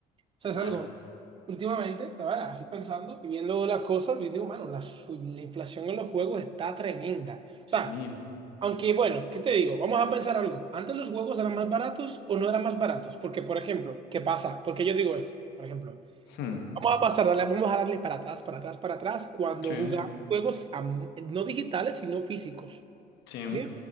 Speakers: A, on the right; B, on the left.
A: ¿Sabes
B: A
A: algo?
B: ver,
A: Últimamente, la verdad, así pensando y viendo las cosas, yo digo, mano, la, su- la inflación en los juegos está tremenda. O sea,
B: sí.
A: aunque, bueno, ¿qué te digo? Vamos a pensar algo. ¿Antes los juegos eran más baratos o no eran más baratos? Porque, por ejemplo, ¿qué pasa? Porque yo digo esto, por ejemplo.
B: hmm,
A: Vamos a pasar, dale, vamos a darle para atrás, para atrás, para atrás, cuando
B: Sí,
A: jugaba juegos am- no digitales, sino físicos.
B: sí,
A: Bien.